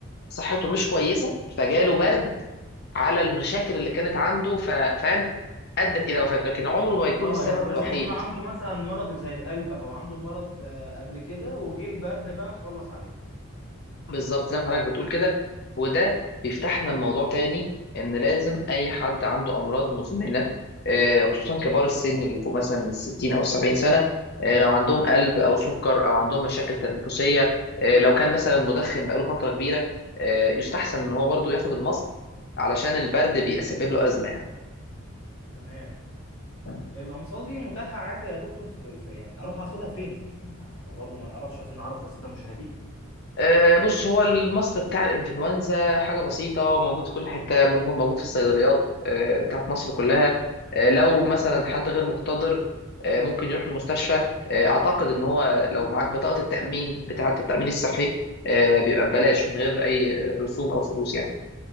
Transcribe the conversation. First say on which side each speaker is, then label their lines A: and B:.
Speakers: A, on the left; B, on the left.
A: صحته مش كويسة فجاله برد على المشاكل اللي كانت عنده ف- فاهم ادت الى وفاته لكن عمره ما يكون
B: اه
A: السبب
B: يعني لازم
A: الوحيد
B: يكون عنده مثلا مرض زي القلب او عنده مرض آه، قبل كده وجه البرد بقى خلص عليه
A: بالظبط زي ما حضرتك بتقول كده وده بيفتحنا الموضوع تاني ان لازم اي حد عنده امراض مزمنه آه، خصوصا كبار السن اللي فوق مثلا من 60 او 70 سنه آه، لو عندهم قلب او سكر او عندهم مشاكل تنفسيه آه، لو كان مثلا مدخن بقاله فتره كبيره آه، يستحسن ان هو برضو ياخد المصل علشان البرد بيسبب له ازمه
B: تمام
A: يعني
B: الامصال دي متاحه عادي يا دكتور في, في يعني اروح اخدها فين يعني انا أنا برضو ما نعرفش عايزين نعرف الساده المشاهدين
A: آه، بص هو المصل بتاع الانفلونزا حاجه بسيطه وموجود في كل حته موجود موجود في الصيدليات آه، بتاعت مصر كلها آه، لو مثلا حد غير مقتدر آه، ممكن يروح المستشفى آه، اعتقد ان هو لو معاك بطاقه التامين بتاعه التامين الصحي آه، بيبقى ببلاش من غير اي رسوم او فلوس يعني